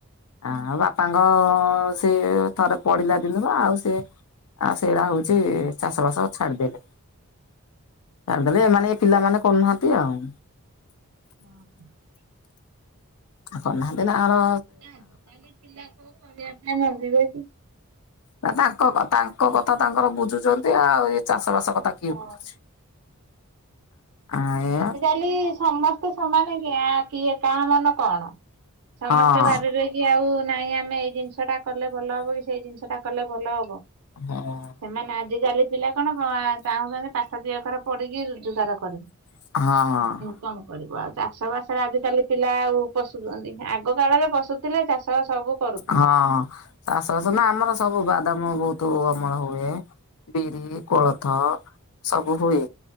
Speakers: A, on the left (about 80°); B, on the right (about 80°).
A: ଆ
B: ହୁଁ।
A: ବା ତାଙ୍କ ସେ ଥରେ ପଡିଲା ଦିନରୁ ଆଉ ସେ ଆଉ ସେଇଟା ହଉଛି ଚାଷ ବାସ ଛାଡିଦେଲେ। କରିଦେଲେ, ଏମାନେ ଏ ପିଲାମାନେ କରୁନାହାନ୍ତି ଆଉ
B: <unintelligible>
A: ଆ କରୁନାହାନ୍ତି ତାଙ୍କର
B: ଆଜିକାଲି ପିଲା କୋଉ କରିବା ପାଇଁ ରାଜି ହଉଛି।
A: ନା ତାଙ୍କ ତାଙ୍କ କଥା ତାଙ୍କର ବୁଝୁଛନ୍ତି ଆଉ ଏ ଚାଷ ବାସ କଥା ତାକୁ
B: ହଁ।
A: କିଏ ବୁଝୁଛି? ଆ ଏୟା।
B: ହେଲେ ସମସ୍ତେ ସମାନ କି ଆଁ କିଏ କାହା ମନ କଣ ସମସ୍ତେ
A: ହଁ
B: ଭାବିବେ କି ଆଉ ନାହିଁ ଆମେ ଏଇ ଜିନିଷ ଟା କଲେ ଭଲ ହବ କି, ସେଇ ଜିନିଷ ଟା କଲେ ଭଲ ହବ?
A: ହଁ ଅଁ
B: ସେମାନେ ଆଜିକାଲି ପିଲା କଣ ଚାହୁଁଛନ୍ତି ପାଠ ଦି ଅକ୍ଷର ପଢ଼ିକି ରୋଜଗାର କର
A: ହଁ, ହଁ।
B: କଣ କରିବ ଆଉ ଚାଷ ବାସରେ ଆଜିକାଲି ପିଲା ଆଉ ପଶୁଛନ୍ତି, ଆଗ କାଳରେ ପଶୁଥିଲେ ଚାଷ ସବୁ କରୁଥିଲେ।
A: ହଁ ଚାଷବାସ ନା ଆମର ସବୁ ବାଦାମ ବହୁତୁ ଅମଳ ହୁଏ। ବିରି, କୋଳଥ ସବୁ ହୁଏ